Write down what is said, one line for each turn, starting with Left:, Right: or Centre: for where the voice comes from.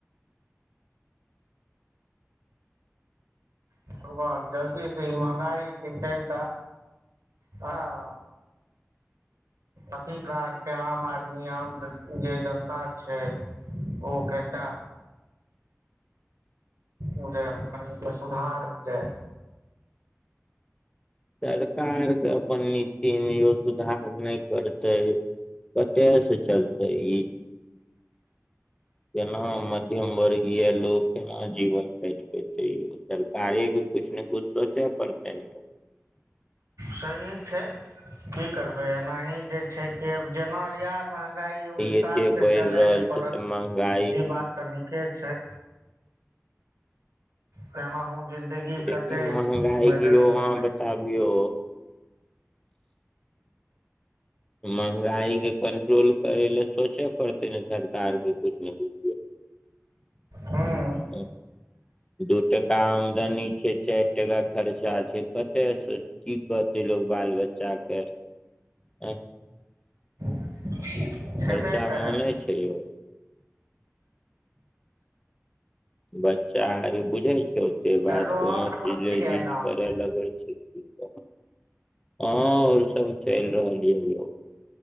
Right: भगवान जल्दी से ई महँगाई के कनटा हाँ अथी कार फेर आम आदमी आम जे जनता छै ओ कनटा ओ जेय अपनसँ सुधार जय
Left: सरकार के अपन नीति मे यौ सुधार नहि करतै कतय से चलतै ई, केना मध्यम वर्ग या लोग केना जीवन काटि पयतै यौ सरकारे कुछ ने कुछ सोचे पड़ते न।
Right: सही छै। की करबै, एनाही जे छै किब जेना दिया महंगाई ओ हिसाब
Left: एते
Right: से
Left: बढ़ि
Right: चलै
Left: रहल
Right: ल पड़त
Left: छै तऽ महंगाई
Right: ई बात त न के छै कना हु जिन्दगी
Left: लेकिन
Right: कटे
Left: महंगाई
Right: मे
Left: के
Right: गर्मी
Left: यौ अहाँ
Right: मे
Left: बताबियौ महंगाई के कंट्रोल करै लए सोचे पड़तै ने सरकार के किछ ने किछ।
Right: हूँ
Left: ह। दू टाका आमदनी छै चारि टाका खर्चा छै, कतयसँ की कहतै लोक बाल बच्चा के ओ
Right: <unintelligible>
Left: खर्चा
Right: करै
Left: मानै छैयौ बच्चा बुझाय छ के बात
Right: चलू
Left: कोनो
Right: आओर सब
Left: चीजवे
Right: ठीक यऽ
Left: जिद
Right: ने
Left: करे लगे छै, हँ र सब चलि रहल ययौ।